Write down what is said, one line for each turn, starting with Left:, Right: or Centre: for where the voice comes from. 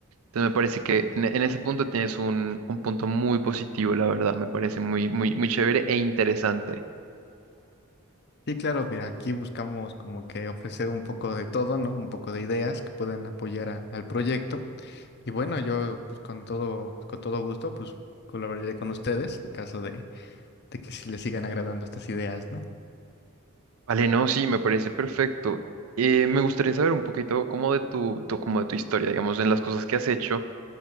Right: Entonces me parece que en, en ese punto tienes un, un punto muy positivo, la verdad. Me parece muy, muy, muy chévere e interesante.
Left: Sí, claro, mira, aquí buscamos como que ofrecer un poco de todo, ¿no? Un poco de ideas que puedan apoyar a- al proyecto. Y bueno, yo pues con todo, con todo gusto, pues colaboraré con ustedes en caso de, de que sí les sigan agradando estas ideas, ¿no?
Right: Vale, no, sí, me parece perfecto. Eh, me gustaría saber un poquito como de tu, tu- como de tu historia, digamos, en las cosas que has hecho